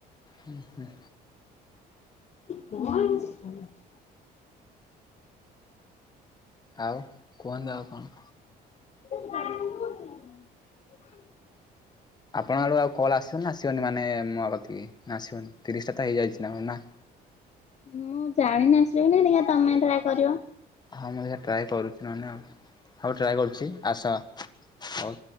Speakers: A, on the left; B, on the left.
A: ହୁଁ।
B: <unintelligible>
A: ଆଉ କୁହନ୍ତୁ ଆଉ କଣ?
B: <unintelligible>
A: ଆପଣ ଆଡୁ ଆଉ କଲ୍ ଆସିବନା ନା ଆସିବନି ମାନେ ମୋ କତିକି ନା ଆସିବନି ତିରିଶଟା ତ ହେଇଯାଇଛି କଣ ନା?
B: ମୁଁ ଜାଣିନି ଆସିବ ନାଇ ଦେଖିଆ ତମେ ଟ୍ରାଏ କରିବ।
A: ହଁ ମୁଁ ଯ ଟ୍ରାଏ କରୁଛି ନହେଲେ ହଉ ଟ୍ରାଏ କରୁଛି ଆସ। ହଉ